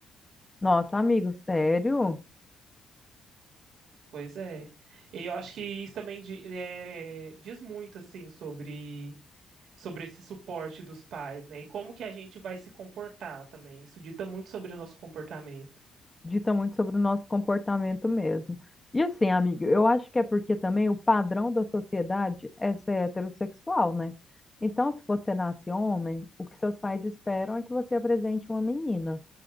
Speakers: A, on the left (about 15°); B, on the right (about 75°).
A: Nossa, amigo, sério?
B: Pois é. E eu acho que isso também di- é, diz muito assim sobre sobre esse suporte dos pais, né? E como que a gente vai se comportar também. Isso dita muito sobre o nosso comportamento.
A: dita muito sobre o nosso comportamento mesmo. E assim, amiga, eu acho que é porque também o padrão da sociedade é ser heterossexual, né? Então, se você nasce homem, o que seus pais esperam é que você apresente uma menina